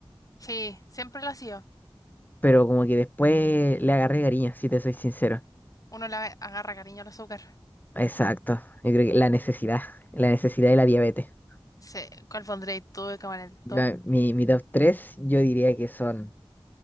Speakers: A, on the left (about 35°); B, on the left (about 20°).
A: Sí, siempre lo ha sido.
B: Pero como que después le agarré cariño, si te soy sincero.
A: Uno le agarra cariño al azúcar.
B: Exacto, yo creo que la necesidad, la necesidad y la diabetes.
A: Sí, ¿cuál pondréis tú como en el top?
B: Yo, mi, mi top 3 yo diría que son